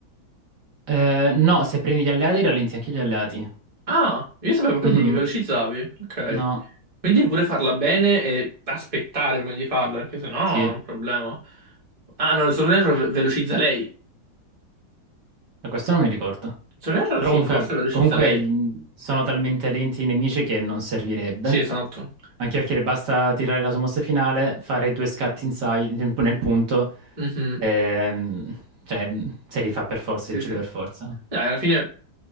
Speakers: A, on the right; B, on the right.
A: Eh, no, se prendi gli alleati rallenti anche gli alleati.
B: Ah, io sapevo che
A: Mhm.
B: li velocizzavi. Ok.
A: No,
B: Quindi pure farla bene e aspettare prima di farla, perché sennò
A: sì,
B: è un problema. Ah no, se non erro ve- velocizza lei.
A: Eh, questo non mi ricordo.
B: Se non erro
A: Però
B: sì,
A: comunque,
B: forse velocizza
A: comunque
B: lei.
A: gli- sono talmente lenti i nemici che non servirebbe.
B: Sì, esatto.
A: Anche perché le basta tirare la sua mossa finale, fare due scatti in sai- nel nel punto,
B: Mhm.
A: ehm, cioè se li fa per forza, se
B: Sì,
A: li uccide
B: sì.
A: per forza.
B: Dai, alla fine.